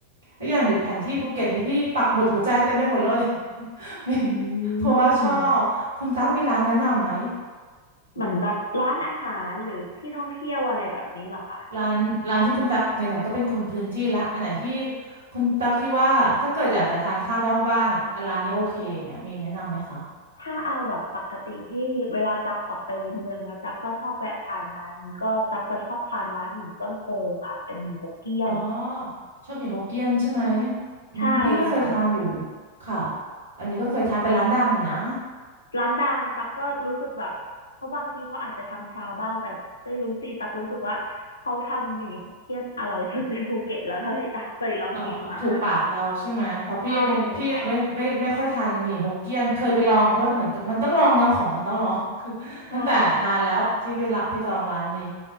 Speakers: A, on the right; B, on the left.
A: แล้วอย่างอยู่แผนที่ภูเก็ตนี่พี่ปักหมุดหัวใจเต็มไปหมดเลย <laughs> มี
B: อื
A: เพราะว่าชอบคุณตั๊กมีร้านแนะนำไหม
B: มเหมือนแบบร้านอาหารหรือที่ท่องเที่ยวอะไรแบบนี้เหรอคะ
A: ร้านร้านที่คุณตั๊กไหนๆก็เป็นคนพื้นที่ละอันไหนที่คุณตั๊กคิดว่าถ้าเกิดอยากจะทานข้าวนอกบ้านอ่ะร้านนี้โอเคอย่างเงี้ยมีแนะนำไหมคะ
B: ถ้าเอาแบบปกติที่เวลาตักออกไปในเมืองแล้วตักก็ชอบแวะทานร้านนี้ก็ตักจะชอบทานร้านหมี่ต้นโพค่ะเป็นหมี่ฮกเกี้ยน
A: อ๋อชอบหมี่ฮกเกี้ยนใช่ไหมอืมพี่ก็เคยทานอยู่
B: ใช่ค่ะ
A: ค่ะอันนี้ก็เคยทานเป็นร้านดังอยู่นะ
B: ร้านดังตักก็รู้สึกแบบเขาบางทีเขาอาจจะทำชาบ้างแต่ไม่รู้สิตักรู้สึกว่าเขาทำหมี่ฮกเกี้ยนอร่อยสุดในภูเก็ตแล้วเท่าที่ตักเคยลองกินมา
A: อ๋อถูกปากเราใช่ไหมเพราะพี่เป็นพี่ไม่ไม่ไม่ค่อยทานหมี่ฮกเกี้ยนเคยไปลองเพราะเหมือนกับมันต้องลองเนาะของมันต้องลอง
B: ใช่ค่ะ
A: <laughs> คือตั้งแต่นานแล้วที่ไปละไปจองร้านนี้
B: ใช่